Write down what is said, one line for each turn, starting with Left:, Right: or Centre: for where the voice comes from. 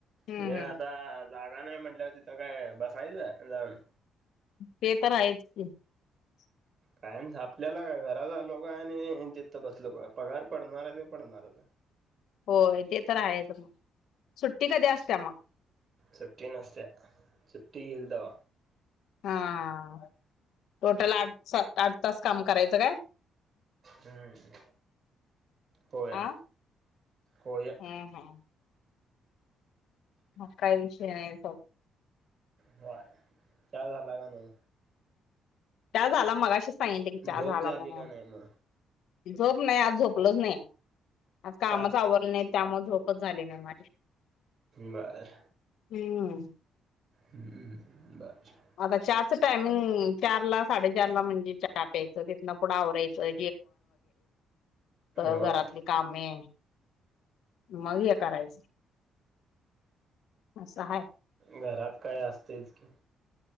Left: हम्म
Right: हे आता जागा नाही म्हंटल्यावर तिथं काय बसायचं जाऊन.
Left: ते तर आहेच की. ह.
Right: कायन झा आपल्याला घरात आलो काय आणि तिथं बसलो काय पगार पडणार आहे ते पडणारच आय.
Left: होय ते तर आहेच मग सुट्टी कधी असते मग.
Right: सुट्टी नसत्या, सुट्टी घील तवा.
Left: हां, टोटल आठ सा आठ तास काम करायचं काय?
Right: हम्म होय.
Left: हा
Right: होय
Left: हम्म हम्म. म काय विषय नाही.
Right: हो चाहा झाला का नाही.
Left: चा झाला मगशी सांगितले की चा
Right: झोप
Left: झाला
Right: झाली
Left: मनून.
Right: का नाही मग
Left: झोप नाही आज झोपलंच नाही. आ कामच
Right: का
Left: आवरलं नाही त्यामुळे झोपच झाली नाही माझी.
Right: बर.
Left: हम्म.
Right: हम्म बर
Left: आता चहाच टायमिंग
Right: चाल
Left: चार ला साडेचार ला म्हणजे चहा प्यायचं तिथं पुढं आवरायचं. <unintelligible>
Right: होय
Left: घरातली कामे. मग हे करायचं. असं हाय
Right: घरात काय असत इतकी.